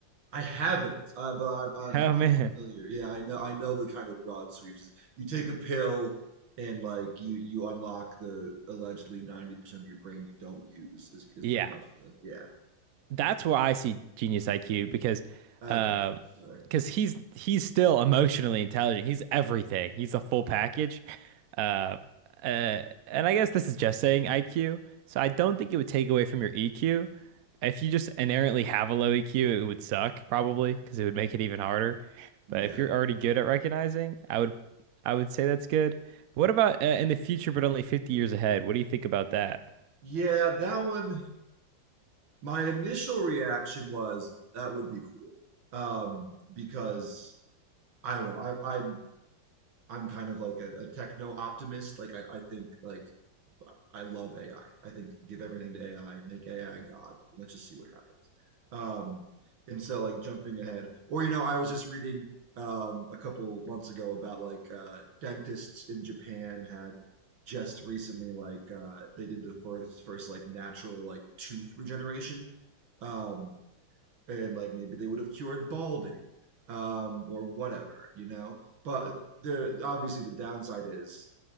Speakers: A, on the right; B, on the right.
A: I haven't, uh, but I'm, I'm
B: Oh
A: I'm
B: man.
A: familiar. Yeah, I know I know the kind of broad sweeps. You take a pill and like you you unlock the allegedly 90% of your brain you don't use is is
B: Yeah.
A: pretty much the yeah.
B: that's where I see genius IQ because
A: Okay,
B: uh
A: sure.
B: because he's he's still emotionally intelligent. He's everything. He's a full package. Uh, uh and I guess this is just saying IQ. So I don't think it would take away from your EQ. If you just inherently have a low EQ, it would suck probably because it would make it even harder.
A: Yeah.
B: But if you're already good at recognizing, I would I would say that's good. what about uh, in the future but only 50 years ahead? What do you think about that?
A: Yeah, that one my initial reaction was that would be cool. Um, because I don't know. I, I I'm kind of like a, a techno optimist. Like I, I think like I love AI. I I think give everything to AI, make AI God, and let's just see what happens. Um, and so like jumping ahead, or you know, I was just reading um, a couple months ago about like uh, dentists in Japan had just recently like uh, they did the first first like natural like tooth regeneration. Um, and like maybe they would have cured balding um, or whatever, you know. But there, obviously the downside is